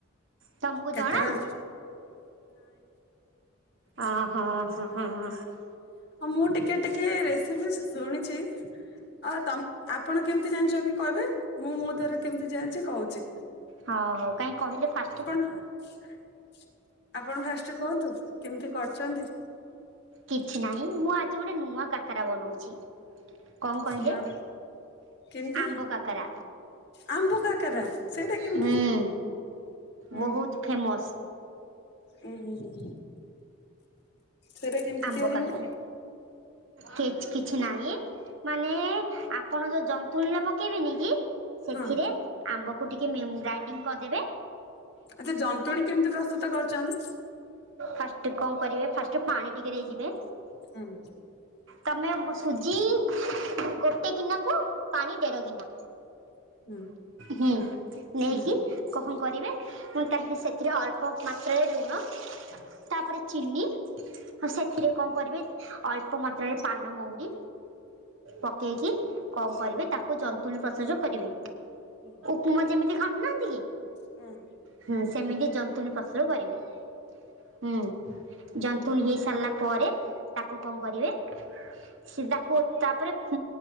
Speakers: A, on the right (about 65°); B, on the left (about 50°).
A: ତମକୁ
B: କାକେରା
A: ଜଣା? ଓ ହୋ ହୋ ହୋଁ ହ
B: ମୁଁ ଟିକେ ଟିକେ ରେସିପି ଶୁଣିଛି ଆଉ ତମ ଆପଣ କେମିତି ଜାଣିଛନ୍ତି କହିବେ ମୁଁ ମୋ ଦ୍ୱାରା କେମିତି ଜାଣିଛି କୋହୁଛି।
A: ହଁ ହଉ କାଇଁ କହିଲେ ଫାଷ୍ଟ
B: ହ ଆପଣ ଫାଷ୍ଟ କୁହନ୍ତୁ କେମିତି କରଛନ୍ତି?
A: କିଛି ନାହିଁ ମୁଁ ଆଜି ଗୋଟେ ନୂଆ କାକରା ବନଉଛି। କଣ କହିଲେ
B: ନା କେମିତି
A: ଆମ୍ବ କାକରା
B: ଆମ୍ବ କାକରା ସେଇଟା କେମିତି?
A: ହୁଁ
B: ଉଁ
A: ବହୁତ ଫେମସ୍
B: ଉ ହୁଁ ହୁଁ ସେଇଟା କେମିତି
A: ଆମ୍ବ
B: ତିଆରି
A: କାକରେ
B: ହୁଏ?
A: କି କିଛି ନାହିଁ। ମାନେ ଆପଣ ଯୋଉ ଜନ୍ତୁଣୀ ପକେଇବେନି କି ସେଥିରେ
B: ହଁ
A: ଆମ୍ବକୁ ଟିକେ ନି ଗ୍ରାଇଡିଂ କରଦେବେ
B: ଆଛା ଜନ୍ତୁଣୀ କେମିତି ପ୍ରସ୍ତୁତ କରୁଛନ୍ତି?
A: ଫାଷ୍ଟ କଣ କରିବେ ଫାଷ୍ଟ ପାଣି ଟିକେ ନେଇଯିବେ
B: ହଁ
A: ତୁମେ ସୁଜି ଗୋଟେ ଗିନାକୁ ପାଣି ଦେଢ଼ ଗିନା
B: ହୁଁ
A: ହୁଁ ନେଇକି
B: ହୁଁ
A: କହଣ କରିବେ ମୁଁ ତାଙ୍କେ ସେଥିରେ ଅଳ୍ପ ମାତ୍ରାରେ ଲୁଣ ତାପରେ ଚିନି ହଉ ସେଥିରେ କଣ କରିବେ ଅଳ୍ପ ମାତ୍ରାରେ ପାନମହୁରି ପକେଇକି କଣ କରିବେ ତାକୁ ଜନ୍ତୁଣୀ ପ୍ରସ୍ତୋଗ କରିବେ।
B: ହଁ
A: ତୁମ ଯେମିତି ଖଣ୍ଡୁନାହାନ୍ତି କି
B: ହଁ
A: ହୁଁ ସେମିତି ଜନ୍ତୁଣୀ ପ୍ରସୁର କରିବେ, ହୁଁ ଜନ୍ତୁଣି ହେଇ ସାରିଲା ପରେ ତାକୁ କଣ କରିବେ ସେ ତାକୁ ତାପରେ